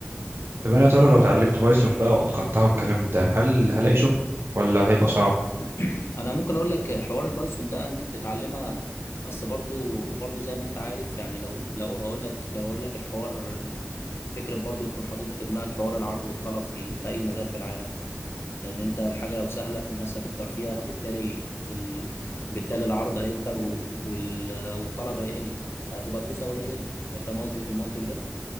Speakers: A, on the right (about 75°); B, on the left (about 80°).
A: طب انا يا ترى لو اتعلمت بايثون بقى واتقنتها والكلام ده هل هلاقي شغل ولا هيبقى صعب
B: <clears throat> انا ممكن اقول لك حوار البايثون ده انت بتتعلمها بس برضو برضو زي ما انت عارف يعني لو لو هقول لك لو هقول لك الحوار فكرة برضو تكون حاططها في دماغك حوار العرض والطلب في في اي مجال في العالم لان انت الحاجة لو سهلة الناس هتكتر فيها بالتالي ال... بالتالي العرض هيكتر و... وال... والطلب هيقل فهتبقى فلوسها قليلة انت فاهم قصدي في المنطق ده